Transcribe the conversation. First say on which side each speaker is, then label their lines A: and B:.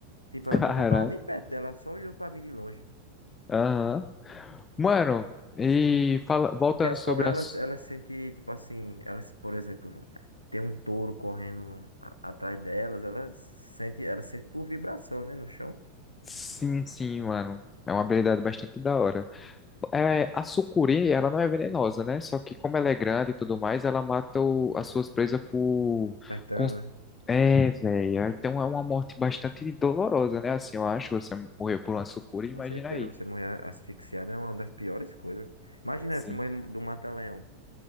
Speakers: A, on the left (about 20°); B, on the left (about 85°).
A: <laughs>
B: Tipo, ela
A: Caraca.
B: não tava nem perto dela, ela só olhou pra mim de longe.
A: Aham. Mano, e fala- voltando
B: Porque as
A: sobre
B: cobras,
A: as.
B: elas, elas sentem, tipo assim, elas, por exemplo, tem um touro correndo a- atrás delas, elas sentem, elas sentem por vibração, né, no chão,
A: Sim, sim, mano. É uma habilidade bastante da hora. É, a sucuri, ela não é venenosa, né? Só que como ela é grande e tudo mais, ela mata o- as suas presas por...
B: apertando,
A: com-
B: né?
A: É, velho. Então é uma morte bastante dolorosa, né? Assim, eu acho, você morrer por uma sucuri, imagina
B: Com certeza,
A: aí.
B: você morrer asfixiado é uma das piores coisas. Imagina
A: Sim.
B: aí, você morrer no- do mata-leão.